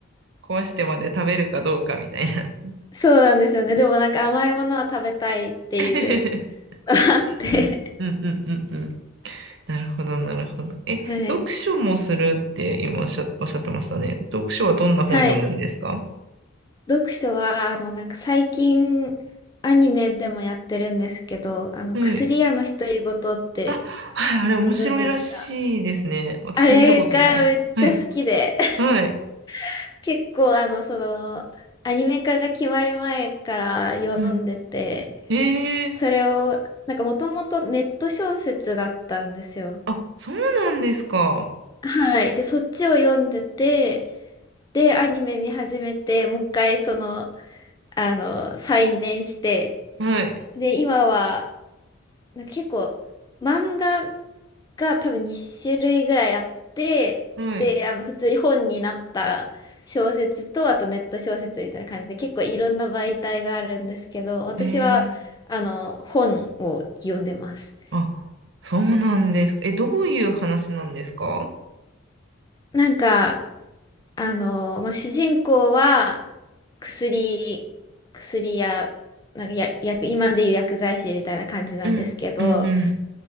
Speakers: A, on the right; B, on the left.
A: 壊してまで食べるかどうかみたいな。
B: そうなんですよね。でもなんか甘いものは食べたいっていう
A: <laughs>
B: のがあって。
A: うんうんうんうんうんうんなるほど、なるほど。え、
B: <laughs> はい。
A: 読書もするって今おっしゃ、おっしゃってましたね。読書はどんな本を読むんですか
B: はい。読書は、あの、なんか最近、アニメでもやってるんですけど、あの、
A: はい。
B: 薬屋の独り言って
A: はい、あれ面白いらしいですね。
B: ご存知ですか
A: 私見たことない。
B: あれがめっちゃ好きで、
A: はい。はい。
B: <laughs> 結構、あの、その、アニメ化が決まる前から読んでて、
A: うん。ええ
B: それを、なんかもともとネット小説だったんですよ。
A: あ、そうなんですか。
B: はい。で、そっちを読んでて、で、アニメ見始めて、もう一回、その、あの、再燃して、
A: はい。
B: で、今は、なんか結構、漫画が多分2種類ぐらいあって、
A: はい。
B: で、あの、普通に本になった小説と、あとネット小説みたいな感じで、結構いろんな媒体があるんですけど、私は、
A: ええ
B: あの、本を読んでます。
A: あ、そうなんです。え、どういう話なんですか
B: なんか、あの、まあ、主人公は、薬、薬や、なんかや、薬今でいう薬剤師みたいな感じなんですけど、
A: うん。うん、うん。